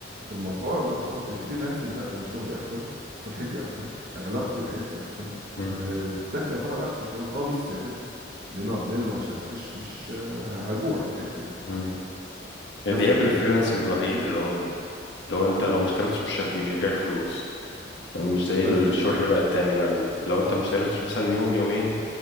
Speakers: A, on the right; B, on the left.
A: الموضوع بيبقى صعب الفريلانسنج لا انا شغلي احسن صحتي احسن علاقتي بعيلتي احسن
B: مم.
A: آه والدخل يعتبر احسن كمان اه مش ثابت لانه لانه لو ما اشتغلتش مش آه، هجوع من الاخر يعني
B: مم. هي
A: بس
B: دي قابل
A: يعتبر
B: الفريلانسنج
A: دخل احسن
B: الوحيد
A: بكتير
B: اللي هو اللي هو انت لو ما اشتغلتش مش هت... مش هتجيلك فلوس مش زي
A: طيب
B: الشغل
A: بص تعالى
B: بقى التاني بقى ال- لو انت ما اشتغلتش مثلا يوم يومين